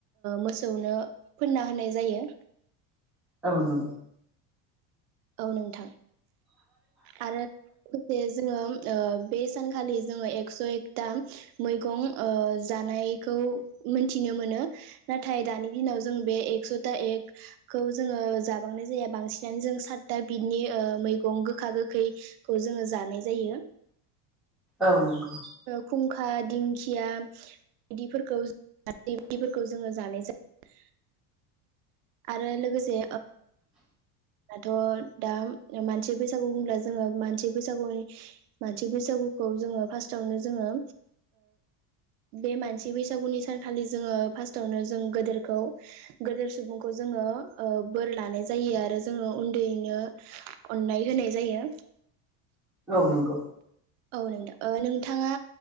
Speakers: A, on the right; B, in the centre.
A: मोसौनो फोनना होनाय जायो
B: औ नों
A: औ नोंथां आरो लोगोसे जोङो बे सानखालि जोङो एक्स' एक दा मैगं ओ जानायखौ मोनथिनो मोनो ना नाथाय दानि दिनाव जों बे एकस'था एकखौ जोङो जाबांनाय जाया बांसिनानो जों सात दा बिनि ओ मैगं गोखा गोखैखौ जोङो जानाय जायो
B: औ नंगौ
A: खुंखा दिंखिया। बिदिफोरखौासफोरखौ जोङो जानाय जायो। आरो लोगोसे दाथ' दा मानसि बैसागु होनब्ला जोङो मानसि बैसागुनि। मानसि बैसागुखौ जोङो फार्स्टावनो जोङो। बे मानसि बैसागुनि सानखालि जोङो फार्स्टआवनो जों गेदेरखौ। गोदेर सुबुंखौ जोङो बोर लानाय जायो आरो। जोङो उन्दैयैनो अननाय होनाय जायो।
B: औ नंगौ।
A: औ नोंथां नोंथाङा।